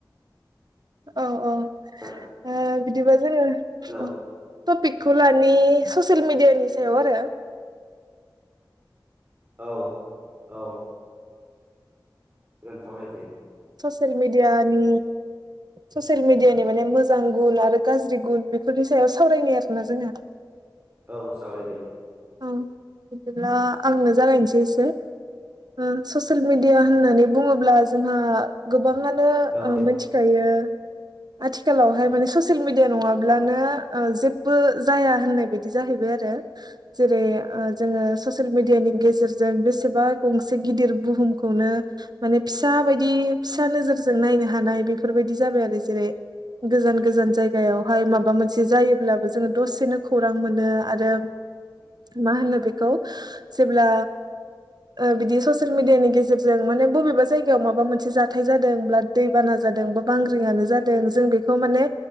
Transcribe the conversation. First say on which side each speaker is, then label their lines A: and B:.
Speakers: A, on the right; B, on the right.
A: औ औ
B: जादों।
A: ओ बिदिबा जोङो
B: हेलौ
A: औ टपिकखौ लानि ससियेल मेडियानि सायाव आरो
B: औ औ । हागोन सावराय जायो ।
A: ससियेलमिडिया नि ससियेल मेडियानि माने मोजां गुन आरो गाज्रि गुन बेफोरनि सायाव सावरायनि आरोना जोंङो।
B: औ सावराय जायो ।
A: औ बिदिब्ला आंनो जागायनोसै एसे । ओम ससियेल मिडिया होननानै बुङोब्ला जोंहा गोबाङा नो
B: औ
A: मिथिखायो । आथिखालावहाय माने ससियेल मिडिया नङाब्लानो ओ जेबो जाया होननाय बायदि जाहैबाय आरो । हो जेरै ओ जोङो ससियेल मेडियानि गेजेरजों बेसेबा गंसे गिदिर बुहुमखौनो माने फिसा बायदि फिसा नोजोरजों नायनो हानाय बेफोरबायदि जाबाय आरो जेरै गोजान गोजान जायगायावहाय माबा मोनसे जायोब्लाबो जोङो दसेनो खौरां मोनो आरो मा होनो बेखौ जेब्ला ओ बिदि ससियेल मिडियानि गेजेरजों माने बबेबा जायगायाव माबा मोनसे जाथाय जादों ब्ला दैबाना जादों बा बांग्रिंआनो जादों जों बेखौ माने